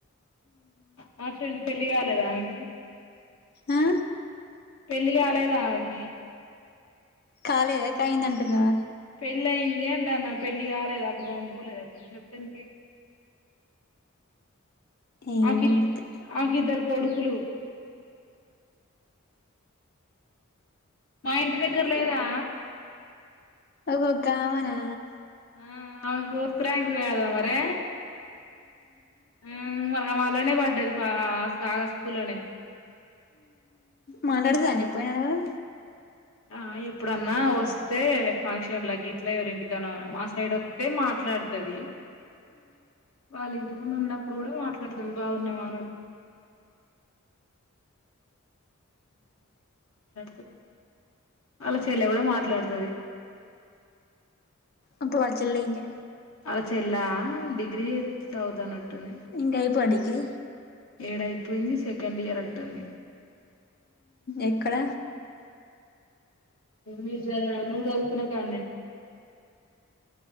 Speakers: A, on the left (about 80°); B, on the left (about 45°).
A: మా ఫ్రెండ్ పెళ్లి కాలేదా ఆమెకి
B: ఆ
A: పెళ్లి కాలేదా ఆమెకి
B: కాలదా కయిందంటనా
A: పెళ్లయ్యిన్ ఏంటన్నా పెళ్ళి కాలేదు అప్పుడు <inaudible>
B: ఏమో
A: ఆకిద్
B: గుర్తు
A: ఆకిద్దరు కొడుకులు మా ఇంటి దగ్గర లేదా
B: ఓహో కావనా
A: <inaudible> కదా మరే <inaudible> పడ్డాది ఆ సార్ స్కూల్లోనే
B: మాట్లాడుతానే ఎప్పుడైనా నువ్వు
A: ఆ ఎప్పుడన్నా వస్తే ఫంక్షన్ లా గిట్లా ఎవరింటికన్నా మా సైడ్ వత్తే మాట్లాడుతుది వాళ్ళింటి ముందు ఉన్నప్పుడు కూడా మాట్లాడుతుది బాగున్నా <inaudible> వాళ్ళ చెల్లి కూడా మాట్లాడుతది
B: ఇప్పుడు వాళ్ళ చెల్లి ఏం చే
A: అళ్ళ చెల్లా డిగ్రీ చేయ్ <inaudible> చదువుతాన్నట్టుంది
B: ఇంకైపో డిగ్రీ
A: ఏడ అయిపోయింది సెకండ్ ఇయర్ అట్టుంది
B: ఎక్కడ
A: మీరు <inaudible> నువ్వు చదువుతున్న కాన్నే